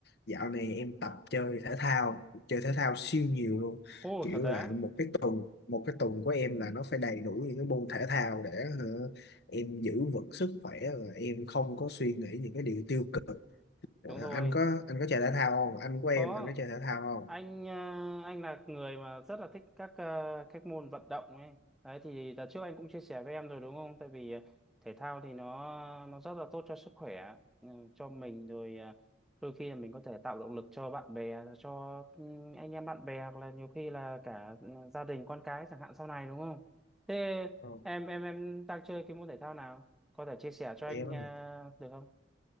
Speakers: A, on the left (about 60°); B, in the centre.
A: dạo này em tập chơi thể thao chơi thể thao siêu nhiều luôn
B: Ồ,
A: kiểu
B: thật á?
A: là một cái tuần một cái tuần của em là nó phải đầy đủ những cái môn thể thao để hả, em giữ vững sức khỏe và em không có suy nghĩ những cái điều tiêu cực
B: Đúng
A: Ờ,
B: rồi,
A: anh có anh có chơi thể thao không anh của em
B: có.
A: anh có chơi thể thao không
B: anh ờ, anh là người mà rất là thích các ờ, các môn vận động ấy đấy thì đợt trước anh cũng chia sẻ với em rồi đúng không tại vì ờ, thể thao thì nó nó rất là tốt cho sức khỏe ừ, cho mình rồi ờ, đôi khi là mình có thể tạo động lực cho bạn bè cho ừ, anh em bạn bè hoặc là nhiều khi là cả ừ, gia đình con cái chẳng hạn sau này đúng không thế
A: Không.
B: em em em đang chơi cái môn thể thao nào có thể chia sẻ cho anh
A: em á
B: ờ, được không